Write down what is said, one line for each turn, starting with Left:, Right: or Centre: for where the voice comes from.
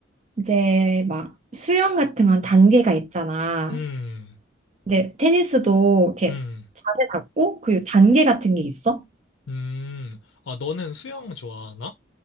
Right: 이제 막 수영 같은 건 단계가 있잖아.
Left: 음,
Right: 근데 테니스도 이렇게
Left: 음,
Right: 자세 잡고 그 단계 같은 게 있어?
Left: 음. 아, 너는 수영 좋아하나?